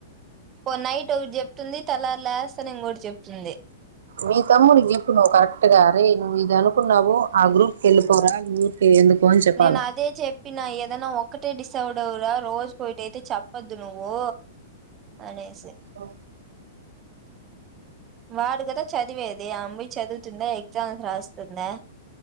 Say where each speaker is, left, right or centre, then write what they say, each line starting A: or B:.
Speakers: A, on the right (about 15°); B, on the right (about 75°).
A: పో నైట్ ఒకటి చెప్తుంది తెల్లారి లేస్తానే ఇంకోటి చెప్తుంది
B: మీ తమ్ముడి చెప్పు నువ్వు కరెక్ట్ గా రేయ్ నువ్వు ఇది అనుకున్నావు ఆ గ్రూప్ కి ఎళ్ళిపోరా మీ పి ఎందుకో అని చెప్పాలా
A: నేను అదే చె ప్పినా ఏదన్నా ఒక్కటే డిసౌడ్ అవ్వురా రోజుకు ఓటి అయితే చెప్పద్దు నువ్వు అనేసి
B: ఓ
A: వాడు కదా చదివేది ఆ ఆమె పొయ్యి చదువుతుందా ఎగ్జామ్స్ రాస్తుందా